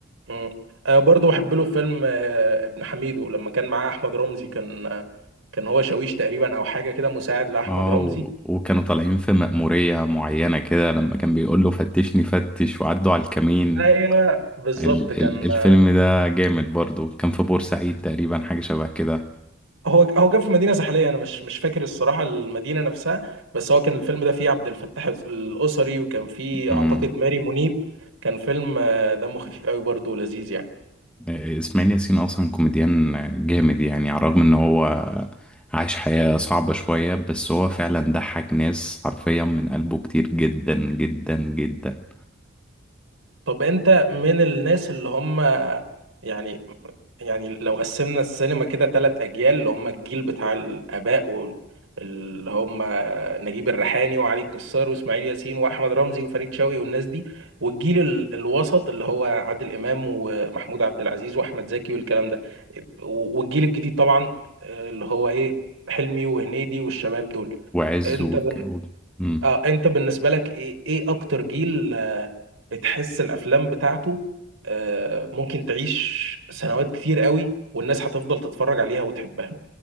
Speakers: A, on the right (about 80°); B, in the centre.
A: مم. آه برضه بحب له فيلم آه ابن حميدو لما كان معاه احمد رمزي كان آه كان هو شاويش تقريبا او حاجه كده مساعد لاحمد
B: اه
A: رمزي
B: و- وكانوا طالعين في مأمورية معينة كده لما كان بيقول له فتشني فتش وعدوا على الكمين
A: ايوه بالظبط
B: ال
A: كان
B: ال الفيلم
A: آه،
B: ده جامد برضو كان في بورسعيد تقريبا حاجة شبه كده
A: هو هو كان في مدينه ساحليه انا مش مش فاكر الصراحه المدينه نفسها بس هو كان الفيلم ده فيه عبد الفتاح الاسري وكان فيه
B: امم
A: اعتقد ماري منيب كان فيلم آه، دمه خفيف قوي برضه ولذيذ يعني
B: آه، اسماعيل ياسين اصلا كوميديان جامد يعني على الرغم ان هو عايش حياة صعبة شوية بس هو فعلا ضحك ناس حرفيا من قلبه كتير جدا جدا جدا
A: طب انت من الناس اللي هم يعني يعني لو قسمنا السينما كده ثلاث اجيال اللي هم الجيل بتاع الاباء واللي هم نجيب الريحاني وعلي الكسار واسماعيل ياسين واحمد رمزي وفريد شوقي والناس دي والجيل ال- الوسط اللي هو عادل امام ومحمود عبد العزيز واحمد زكي والكلام ده والجيل الجديد طبعا آه، اللي هو ايه حلمي وهنيدي والشباب دول
B: وعز
A: انت
B: وك... و... مم.
A: اه انت بالنسبه لك ايه ايه اكتر جيل آه، بتحس الافلام بتاعته آه، ممكن تعيش سنوات كتير قوي والناس هتفضل تتفرج عليها وتحبها